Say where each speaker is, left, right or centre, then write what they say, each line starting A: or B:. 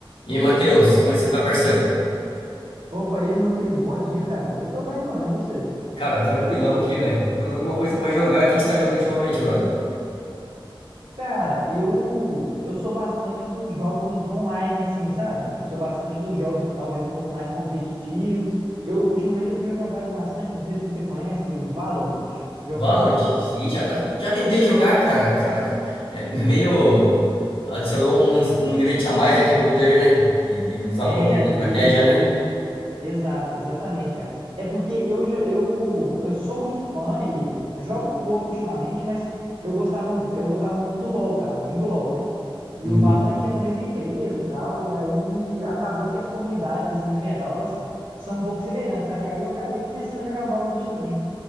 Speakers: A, on the left (about 75°); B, on the right (about 75°).
A: E aí, Matheus, como é que você tá, parceiro?
B: Opa, e aí, meu querido? Bom dia, cara. Eu tô bem, mano. E você?
A: Cara, tranquilão aqui, velho. Procurando alguma coisa pra jogar. O que que você tá jogando ultimamente, brother?
B: Cara, eu eu sou bastante dos jogos online, assim, sabe? Eu sou bastante dos jogos talvez um pouco mais competitivos. Eu ultimamente eu tenho jogado bastante, não sei se você conhece, o Valorant. Já
A: Valorant?
B: ouviu falar?
A: Sim, já, já tentei jogar, cara. Cara, é meio. Adicionou um, um ingrediente a mais, né? Que é poder, né? E, e usar
B: É,
A: poder na
B: no
A: estratégia,
B: jogo de tiro.
A: né?
B: Exato, exatamente, cara. É porque eu já, eu, eu sou muito fã e eu jogo pouco ultimamente, mas eu gostava, eu gostava muito do LoL, cara. Eu vim do LoL, né? E
A: Uhum.
B: o Valorant é da mesma empresa e tal, e aí acabou que as comunidades, assim, no geral, elas são um pouco semelhantes, sabe? Aí eu acabei começando a jogar Valorant também.